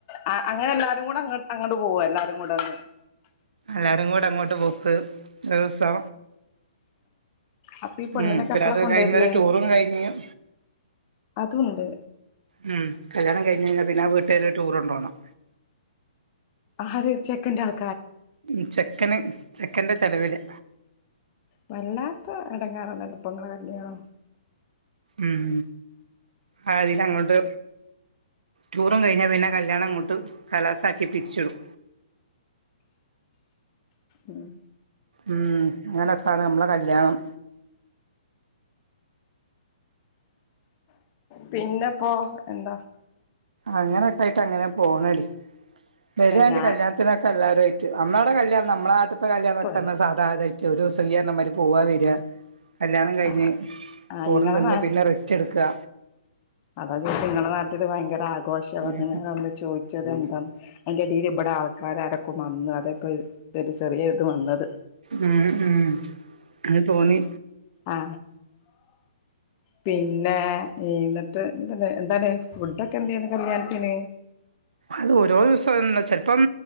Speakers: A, on the left (about 35°); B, on the right (about 75°).
A: ആ അങ്ങനെ എല്ലാരുംകൂടെ അങ്ങോ അങ്ങോട്ട് പോവാല്ലാരും കൂടെ അന്ന്
B: എല്ലാരുംകൂടെ അങ്ങോട്ട് പോക്ക് ഒരുസ് തോ
A: അപ്പൊ ഈ പെണ്ണിനൊക്കെ
B: മ് പിന്ന
A: എപ്പളാ
B: അതും
A: കൊണ്ടുവരല്
B: കഴിഞ്ഞൊരു ടൂറും കഴിഞ്ഞു
A: അതുണ്ട്
B: മ് കല്യാണം കഴിഞ്ഞഴിഞ്ഞ പിന്ന വീട്ട്കാര് ടൂറൊണ്ടോണം
A: ആര് ചെക്കന്റെ ആൾ
B: ഉം ചെക്കന് ചെക്കന്റെ ചെലവില്
A: വല്ലാത്ത ഇടങ്ങേറാണല്ലെപ്പൊ ഇങ്ങളെ കല്യാണം
B: ഉം ആ അതികങ്ങോട്ട് ടൂറും കഴിഞ്ഞാ പിന്നെ കല്യാണങ്ങോട്ട് കലാസ ആക്കി പിരിച്ചുടും
A: ഉം
B: ഉം അങ്ങനൊക്കാണ് നമ്മള കല്യാണം
A: പിന്നെപ്പോ എന്താ
B: അങ്ങനത്തായിട്ട് അങ്ങനെ പോണെടി വര്യാണ്ട്
A: ഞാൻ
B: കല്യാണത്തിനൊക്കെ എല്ലാരു ആ അമ്മാടെ ക ല്ല്യാ നമ്മള നാട്ടിത്ത കല്യാണൊക്ക
A: പറയട്ടെ
B: പറഞ്ഞാ സാധ ഇതാ ഓരോസോ ഇയ്യ് പറഞ്ഞ മാതിരി പോവാ വര്യാ കല്യാണം കഴിഞ്ഞ്
A: ആ ആ
B: ചോറും
A: ഇങ്ങളെ
B: തിന്ന്
A: നാ
B: പിന്നെ റെസ്റ്റ് എടുക്കുക
A: അതാ ചോദിച്ച നിങ്ങളെ നാട്ടില് ഭയങ്കര ആ ഘോഷവത്തിന്
B: ഉം
A: നമ്മള് ചോദിച്ചത് എന്താന് അയിന്റിടിയിൽ ഇവിടെ ആൾക്കാരാരോ കോ മന്ന് അതപ്പൊ ഒരു ചെറിയ ഇത് വന്നത്
B: ഉം ഉം അത് തോന്നി
A: ആ പിന്നെ എന ട്ട് എതൊന്ന് എന്താണ് ഫുഡ് ഒക്കെ എന്തേയ്ത് കല്യാണത്തിന്
B: അത് ഓരോ ദിവസരോന്ന് ചെൽപ്പം